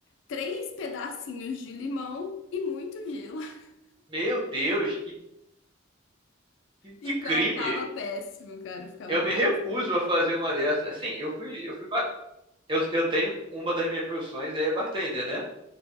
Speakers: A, on the left; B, on the right.
A: três pedacinhos de limão e muito gelo. <laughs>
B: meu Deus, que, que,
A: Então
B: que crime!
A: ficava péssimo, cara. Ficava
B: Eu me
A: péssimo.
B: recuso a fazer uma dessas. Assim, eu fui, eu fui, ba- eu, eu tenho uma das minhas profissões é bartender, né?